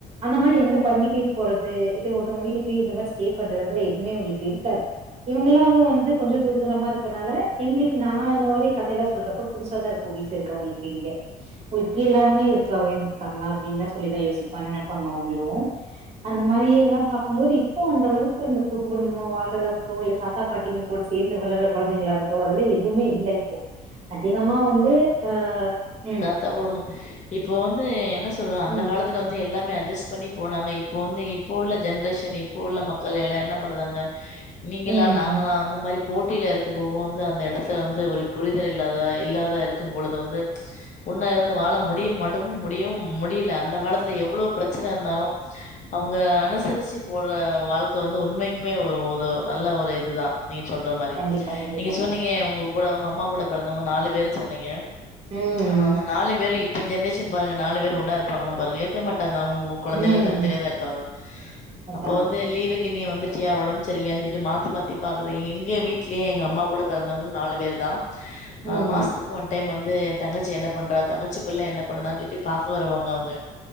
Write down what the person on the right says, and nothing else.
அந்த மாரி எந்த பண்டிகை போறது இது ஒருத்தங்க வீட்ல போய் இந்த மாரி ஸ்டே பண்றது அதெல்லா எதுமே அவுங்களுக்கு இருக்காது இவுங்க எல்லாரு வந்து கொஞ்ச தூர தூரமா இருக்கற்னால இவுங்ளுக்கு நா அந் மாரி கதயெல்லா சொல்றப்போ புதுச தா இருக்கு வீட்ல இருக்கறவுங்ளுக்கு இங்க ஓ இப்டி எல்லாமே இருப்பாவே இருக்காங்ளா அப்டின்லா சொல்லிதா யோசிப்பா நெனப்பாங்க அவுங்ளு அந்த மாரி எல்லா பாக்கும்போது இப்போ அந்தளவுக்கு இந்த கூட்டு குடும்பமா வாழ்றதாகட்டு இல்ல தாத்தா பாட்டிங்க கூட சேந்து வளர்ர கொழந்தைங்களாகட்டு அதெல்லா எதுவ்மே இல்ல இப்போ அதிகமா வந் து ஆ ம்
ம்
ம்
கண்டிப்பா கண்டிப்பாங்க.
ம்
ம்
அதாங்க.
ம்